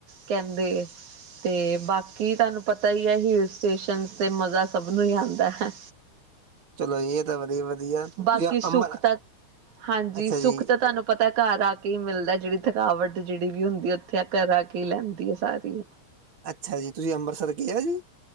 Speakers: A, on the right; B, on the right.
A: ਕਹਿੰਦੇ- ਤੇ ਬਾਕੀ ਤੁਹਾਨੂੰ ਪਤਾ ਹੀ ਹੈ, ਹਿਲ ਸਟੇਸ਼ਨ ਤੇ ਮਜ਼ਾ ਸਭ ਨੂੰ ਹੀ ਆਉਂਦਾ ਹੈ।
B: ਚਲੋ ਜੀ ਇਹ ਤਾਂ ਵਧੀਆ ਵਧੀਆ ਤੁਸੀਂ
A: ਬਾਕੀ ਸੁੱਖ
B: ਅੰਬਰ
A: ਤਾਂ ਹਾਂਜੀ
B: ਅੱਛਾ
A: ਸੁੱਖ
B: ਜੀ
A: ਤਾਂ ਤੁਹਾਨੂੰ ਪਤਾ ਘਰ ਆ ਕੇ ਹੀ ਮਿਲਦਾ, ਜਿਹੜੀ ਥਕਾਵਟ ਜਿਹੜੀ ਵੀ ਹੁੰਦੀ ਉੱਥੇ ਆ ਘਰ ਆ ਕੇ ਹੀ ਲੈਂਦੀ ਹੈ ਸਾਰੀ।
B: ਅੱਛਾ ਜੀ, ਤੁਸੀਂ ਅੰਮ੍ਰਿਤਸਰ ਗਏ ਹੋ ਜੀ?